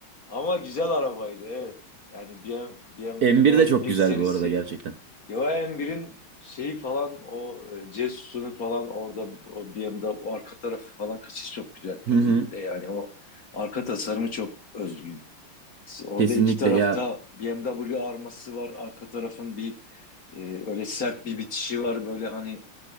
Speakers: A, on the left; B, on the right.
A: Ama güzel arabaydı evet. Yani BM, BMW
B: M1 de çok
A: bir
B: güzel
A: serisi
B: bu arada gerçekten.
A: Johan birin şeyi falan o e, Jesus'unu falan orada o BMW'de o arka tarafı falan kaçış çok güzel özellikle
B: Hı hı.
A: yani o arka tasarımı çok özgün. Orada
B: Kesinlikle
A: iki tarafta
B: ya.
A: BMW arması var. Arka tarafın bir e, öyle sert bir bitişi var. Böyle hani